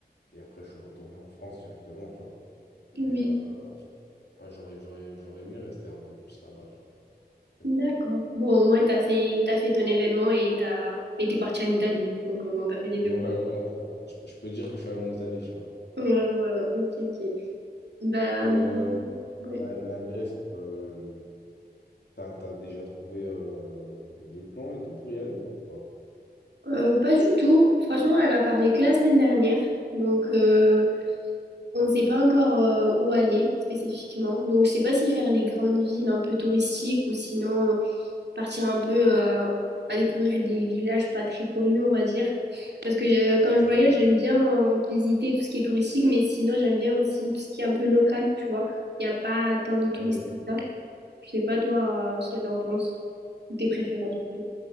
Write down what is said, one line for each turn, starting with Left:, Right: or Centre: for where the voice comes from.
Left: Et après, je suis retourné en France directement, tu vois. Mais
Right: oui,
Left: euh, ouais, j'aurais, j'aurais, j'aurais aimé rester un peu plus là-bas, tu vois. Mais
Right: d'accord.
Left: bon. <laughs>
Right: Bon, au moins, t'as fait, t'as fait ton événement et t'as, et t'es parti en Italie. Donc, euh, bon, t'as fait les deux,
Left: Ouais,
Right: quoi.
Left: voilà, tu je, je peux dire que je suis allé en Italie, tu vois.
Right: Ouais, voilà, ok, ok. Ben,
Left: Et euh,
Right: ouais.
Left: la, la Grèce, euh, t'as, t'as déjà trouvé euh, les plans et tout pour y aller ou pas?
Right: Euh, pas du tout. Franchement, elle a parlé que la semaine dernière. Donc, euh, on ne sait pas encore euh, où aller spécifiquement. Donc, je sais pas si faire les grandes villes un peu touristiques ou sinon partir un peu euh, à découvrir des villages pas très connus, on va dire. Parce que euh, quand je
Left: Ouais.
Right: voyage, j'aime bien euh, visiter tout ce qui est touristique, mais sinon, j'aime bien aussi tout ce qui est un peu local, tu vois. Il n'y a pas tant de touristes
Left: Ouais, bah,
Right: que ça. Je sais pas, toi, euh, ce que t'en penses, ou tes préférences plutôt.